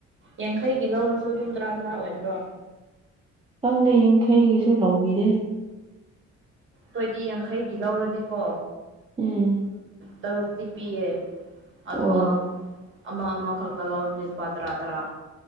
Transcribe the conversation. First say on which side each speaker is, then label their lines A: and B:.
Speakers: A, on the right; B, on the right.
A: ꯌꯥꯡꯈꯩꯒꯤ ꯂꯧꯔꯁꯨ ꯑꯗꯨꯝ ꯇꯔꯥ ꯇꯔꯥ ꯑꯣꯏꯕ꯭ꯔꯣ
B: ꯅꯪꯗ ꯌꯥꯡꯈꯩꯁꯨ ꯂꯧꯕꯤꯔꯦ
A: ꯑꯩꯣꯏꯗꯤ ꯌꯥꯡꯈꯩꯒꯤ ꯂꯧꯔꯗꯤꯀꯣ
B: ꯎꯝ
A: ꯇꯔꯨꯛꯇꯤ ꯄꯤꯌꯦ ꯑꯗꯣ
B: ꯑꯣ
A: ꯑꯃ ꯑꯃ ꯈꯛꯇ ꯂꯧꯔꯦ ꯂꯨꯄꯥ ꯇꯔꯥ ꯇꯔꯥ